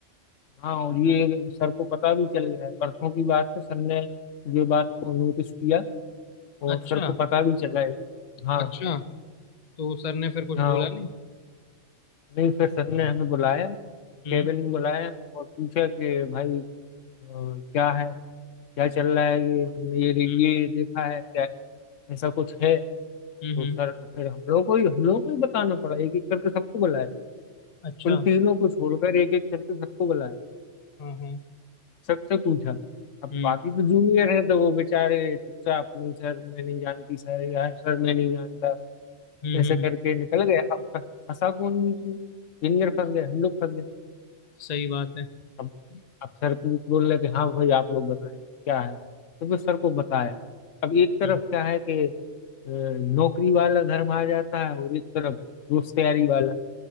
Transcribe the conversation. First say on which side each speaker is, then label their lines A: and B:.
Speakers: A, on the left; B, on the left.
A: हाँ और ये सर को पता भी चल गया है परसों की बात है सर ने ये बात को नोटिस किया और
B: अच्छा
A: सर को पता भी चला है हाँ
B: अच्छा तो सर ने फिर कुछ
A: हाँ
B: बोला नहीं
A: नहीं फिर सर ने हमें बुलाया
B: हम्म
A: केबिन में बुलाया और पूछा कि भाई अ, क्या है क्या चल रहा है ये हमने ये
B: हम्म
A: ये देखा है क्या ऐसा कुछ है
B: हम्म
A: तो
B: हम्म,
A: सर फिर हम लोगों को ही हम लोगों को ही बताना पड़ा एक एक करके सबको बुलाया
B: अच्छा
A: उन तीनों को छोड़कर एक एक करके सबको बुलाया
B: हाँ हाँ
A: सबसे पूछा अब
B: हम्म
A: बाकी तो जूनियर है तो वो बेचारे चुपचाप नहीं सर मैं नहीं जानती सर यार सर मैं नहीं जानता
B: हम्म
A: ऐसे
B: हम्म
A: करके
B: हम्म,
A: निकल गए अब फंस- फंसा कौन बीच में जूनियर फंस गए हम लोग फंस गए
B: सही बात है
A: अब अब सर पूछ बोल रहे कि हाँ भाई आप लोग बताएं क्या है तो फिर सर को बताया अब एक तरफ
B: हम्म
A: क्या है कि अ, नौकरी वाला धर्म आ जाता है और एक तरफ दोस्त यारी वाला